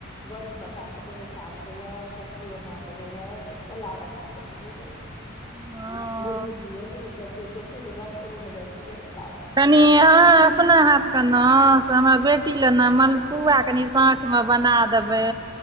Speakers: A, on the left; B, on the right.
A: बड़ी पका क चोरुक्का मे देलक कचरी बना कऽ देलक। छोला बना कऽ दियौ।
B: हँ
A: मुरही दियौ ई सब दियौ बेटी के भरफोरी में जाय छै चोरुका में।
B: कनि अहाँ अपना हाथके न से हमरा बेटी लऽ ने मलपुआ कनि साँठ। मे बना देबै।